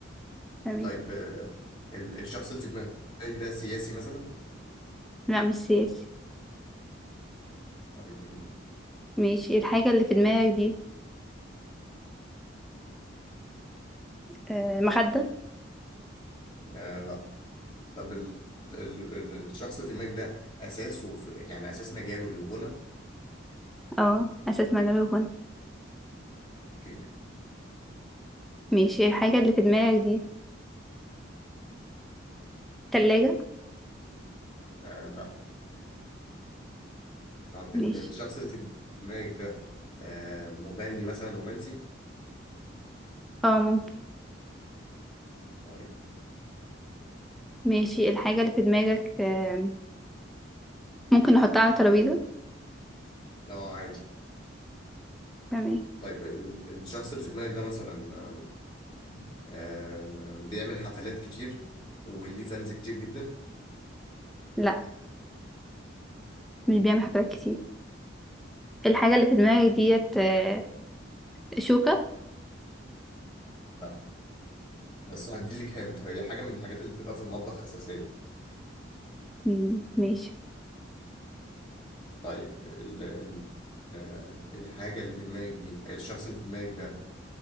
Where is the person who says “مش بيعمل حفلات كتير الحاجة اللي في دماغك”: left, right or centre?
Centre